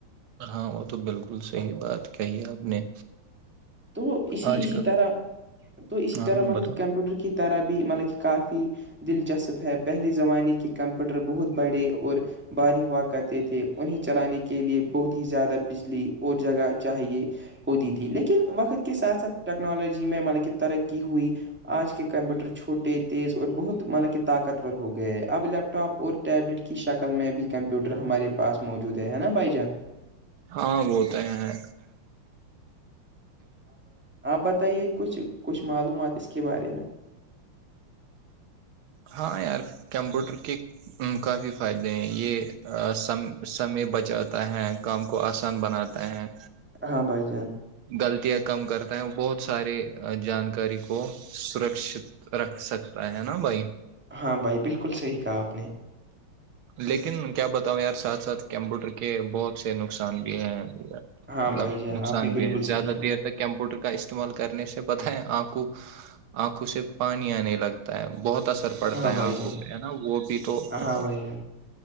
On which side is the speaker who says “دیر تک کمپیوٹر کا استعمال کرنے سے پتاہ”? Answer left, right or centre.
Right